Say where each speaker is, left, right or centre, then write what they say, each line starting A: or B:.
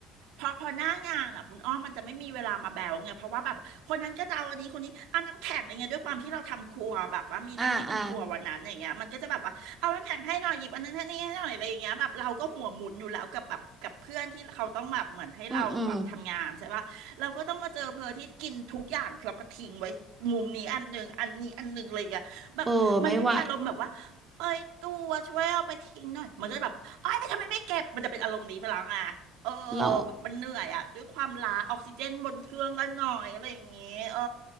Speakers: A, on the right; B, on the right.
A: พอพอหน้างานอ่ะคุณอ้อมมันจะไม่มีเวลามาแบวไงเพราะว่าแบบคนนั้นก็จะเอาอันนี้คนนี้เอานน้ำแข็งอะไรเงี้ยด้วยความที่เราทำครัวแบบว่ามีหน้าที่เป็นครัววันนั้นอย่างเงี้ยมันก็จะแบบว่าเอาน้ำแข็งให้หน่อยหยิบอันนั้นให้นี่ให้หน่อยอะไรอย่างเงี้ยแบบเราก็หัวหมุนอยู่แล้วกับแบบกับเพื่อนที่เขาต้องแบบเหมือนให้เราแบบทำงานใช่ปะเราก็ต้องมาเจอเพอที่กินทุกอย่างเราก็ทิ้งไว้มุมนี้อันหนึ่งอันนี้อันหนึ่งเลยอะแบบมันไม่มีอารมณ์แบบว่า
B: อ่าอ่าอืมอืม เออไม่ไหว
A: เอ้ยตัวช่วยเอาไปทิ้งหน่อยมันก็จะแบบเอ้ยทำไมไม่เก็บมันจะเป็นอารมณ์นี้ไปแล้วอ่ะเออ
B: หรอ
A: แบบมันเหนื่อยอะด้วยความล้าออกซิเจนบนเครื่องกันหน่อยอะไรอย่างเงี้ยเออ